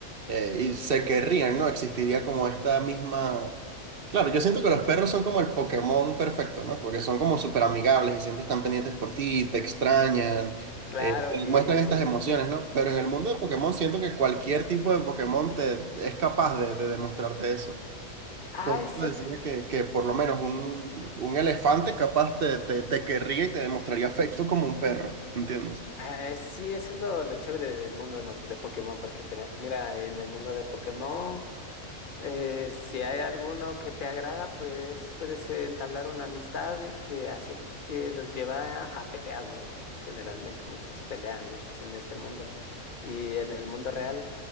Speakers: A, on the right (about 50°); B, on the left (about 35°).
A: eh, y se querrían, ¿no? Existiría como esta misma... Claro, yo siento que los perros son como el Pokémon perfecto, ¿no? Porque son como súper amigables y siempre están pendientes por ti, te extrañan,
B: claro,
A: eh, te
B: y
A: muestran
B: se...
A: estas emociones, ¿no? Pero en el mundo de Pokémon siento que cualquier tipo de Pokémon te, es capaz de de demostrarte eso.
B: Ah,
A: Por
B: es
A: eso decía que, que por lo menos un, un elefante capaz te, te, te querría y te demostraría afecto como un perro, ¿entiendes?
B: Ah, sí, eso es lo, lo chévere del mundo, ¿no? de Pokémon, porque pero, mira, en el mundo de Pokémon. Eh, si hay alguno que te agrada, pues puedes eh, entablar una amistad que hace que los lleva a peleas, ¿no? Generalmente muchos pelean, ¿no? Pues en este mundo y en el mundo real.